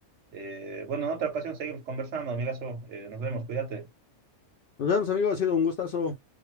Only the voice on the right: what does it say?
Eh, bueno, en otra ocasión seguimos conversando, amigazo. Eh, nos vemos, cuídate.